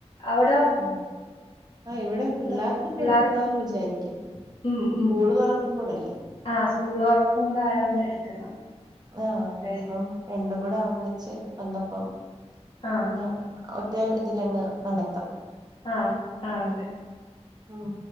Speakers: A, on the left; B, on the right.
A: അവിടോ
B: ഉം ആഹ് ഇവിടെ പിള്ളേർക്കൊക്കെ
A: അവിടെ പിള്ളേർക്ക്
B: എടുക്കണോന്ന് വിചാരിക്കും
A: ഉം
B: സ്കൂള്
A: ഉം
B: തുറ <unintelligible>
A: ആഹ് സ്കൂള് തുറക്കും കൂടെ ആയതോണ്ട് എടുക്കണം
B: ആഹ്
A: അതെ
B: അപ്പം രണ്ടും കൂടെ ഒന്നിച്ച് വന്നപ്പം
A: ആഹ്
B: പിന്നെ ഒറ്റ ഇതിലങ്ങ് നട
A: ആഹ് ആഹ് അതെ
B: ഉം